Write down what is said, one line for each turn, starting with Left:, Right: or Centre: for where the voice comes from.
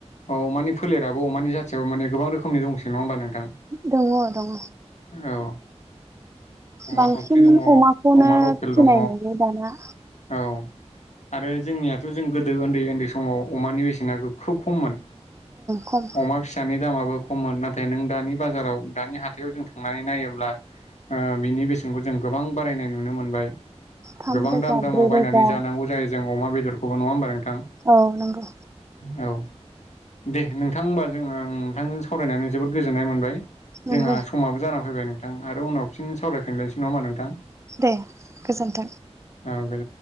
Left: औ अमानि फोलेराबो अमानि जाथियाव मान गोबां रोखनि दंस नङा होनोमबा नों
Right: दङ दङ
Left: औ अमा
Right: बांसिन
Left: थावख्रि दङ
Right: अमाखौनो
Left: अमा लकेल
Right: फिनाय
Left: दङ
Right: नुयो दाना।
Left: औ आरो जोंनियाथ' जों गोदो उन्दै उन्दै समाव अमानि बेसेना खोब खममोन।।
Right: खम
Left: अमा फिसानि दामाबो खममोन नाथाय नों दानि बाजाराव दानि हाथायाव जों थांनानै नायोब्ला। ओ बिनि बेसेनखौ जों गोबां बारायनाय नुनो मोनबाय।
Right: थाम
Left: गोबां
Right: रोजा
Left: दाम
Right: ब्रै
Left: बायनानै
Right: रोजा
Left: जानांग जायो जों अमा बेदरखौबो नङा होमबा नों‌ थां
Right: औ नंगौ
Left: औ दे नोंथां होनब जों आं नोंथांजों सावरायनानै जोबोद गोजोननाय मोनबाय।
Right: नंगौ
Left: जोंहा समाबो जाना फैबाय नोंथां, आरो उनाव फिन सावरायफिननोसै नामा नोंथां?
Right: दे गोजोन्थों।
Left: आ बे